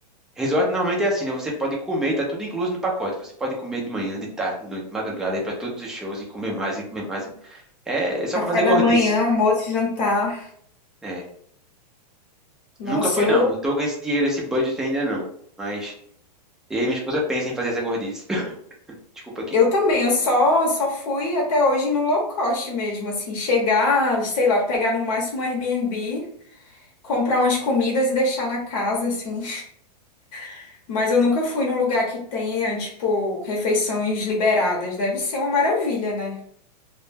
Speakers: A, in the centre; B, on the left (about 55°).
A: Resort normalmente é assim, né? Você pode comer, tá tudo incluso no pacote. Você pode comer de manhã, de tarde, de noite, de madrugada, ir pra todos os shows e comer mais e comer mais. É, é só
B: Café
A: pra fazer
B: da
A: gordice.
B: manhã, almoço, e jantar.
A: É.
B: Nossa,
A: Nunca fui,
B: eu
A: não. Não tô com esse dinheiro, esse budget ainda, não. Mas eu e minha esposa pensa em fazer essa gordice. <laughs> Desculpa aqui.
B: Eu também, eu só, só fui até hoje no low cost mesmo, assim, chegar, sei lá, pegar no máximo um Airbnb, comprar umas comidas e deixar na casa, assim. <laughs> Mas eu nunca fui num lugar que tenha, tipo, refeições liberadas. Deve ser uma maravilha, né?